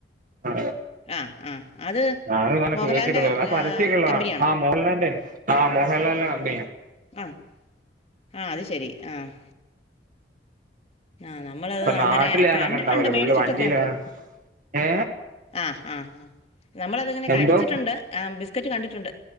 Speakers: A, on the right; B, on the left.
A: ആ....
B: അ ആഹ് അത്
A: ആഹ് അത് അങ്ങനെ
B: മോഹൻലാലിന്റെ
A: കേട്ടിട്ടൊന്നുല്ല ആഹ് പരസ്യൊക്കെ
B: ആ,
A: ഉള്ളതാണ്
B: കമ്പനിയാണോ
A: ആഹ് മോഹൻലാലിന്റെ ആഹ് മോഹൻലാലിന്റെ കമ്പനിയാ
B: ആഹ് ആ അത് ശരി ആഹ് ആഹ് നമ്മളത്
A: ഇപ്പൊ
B: അങ്ങനെ
A: നാട്ടില് ഞാൻ
B: കണ്ടിട്ടുണ്ട്
A: അങ്ങനെ ഉണ്ടാവൂല
B: മേടിച്ചിട്ടൊക്കെയുണ്ട്
A: പുള്ളി വണ്ടിയില ഏ
B: ആഹ് ആഹ് ആഹ് നമ്മളതങ്ങനെ കഴിച്ചിട്ടുണ്ട്
A: എന്തോ
B: ഏഹ് ബിസ്ക്കറ്റ് ക കണ്ടിട്ടുണ്ട്